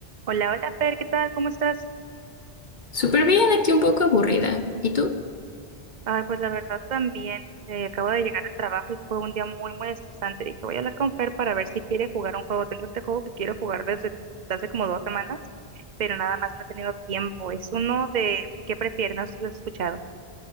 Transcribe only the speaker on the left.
Súper bien, aquí un poco aburrida. ¿Y tú?